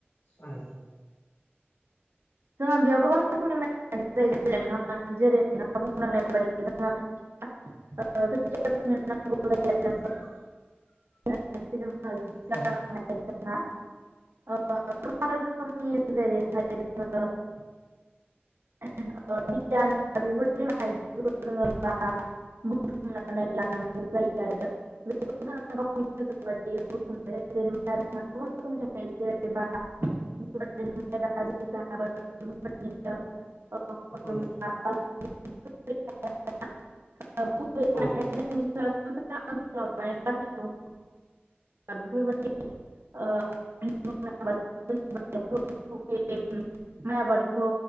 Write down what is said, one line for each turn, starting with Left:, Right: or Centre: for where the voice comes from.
Left: ओम
Right: जोंहा बेयाव गोबां <unintelligible>
Left: <unintelligible>
Right: <unintelligible> <unintelligible> <unintelligible>
Left: औ
Right: <unintelligible> <unintelligible> <unintelligible> <unintelligible> बुथुमनाय जायो जेरै माइरंआ गोबां रोखोमनि थाखायो जेनेबा माइब्रा <unintelligible>
Left: औ
Right: <unintelligible>
Left: औ
Right: <unintelligible> <unintelligible> माइ आबादखौ